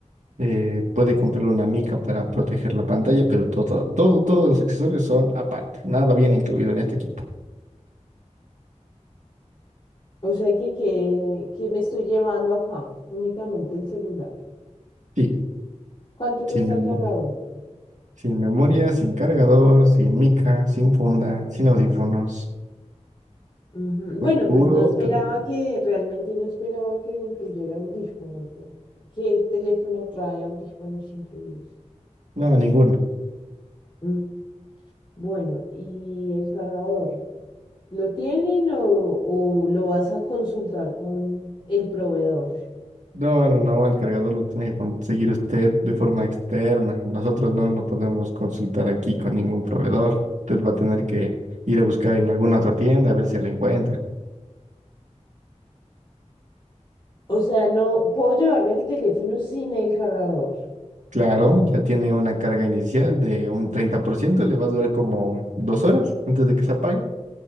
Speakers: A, on the right (about 80°); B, on the left (about 45°).
A: eh, puede comprar una mica para proteger la pantalla, pero todo, todo, todos los accesorios son aparte. Nada viene incluido en este equipo.
B: O sea que, que, que me estoy llevando acá, únicamente el celular.
A: Sí,
B: ¿Cuánto cuesta
A: sin memo-
B: el cargador?
A: sin memoria, sin cargador, sin mica, sin funda, sin audífonos.
B: Ujú.
A: Pu-
B: Bueno,
A: Puro
B: pues no esperaba
A: tele-
B: que, realmente no esperaba que incluyera audífonos. ¿no? ¿Qué teléfono trae audífonos incluidos?
A: No, ninguno.
B: Mm, Bueno, ¿y el cargador? ¿Lo tienen o, o lo vas a consultar con el proveedor?
A: No, no, no, el cargador lo tiene que conseguir usted de forma externa. Nosotros no lo podemos consultar aquí con ningún proveedor. Usted va a tener que ir a buscar en alguna otra tienda a ver si lo encuentra.
B: O sea, no puedo llevarme el teléfono sin el cargador.
A: Claro, ya tiene una carga inicial de un 30%. le va a durar como dos horas antes de que se apague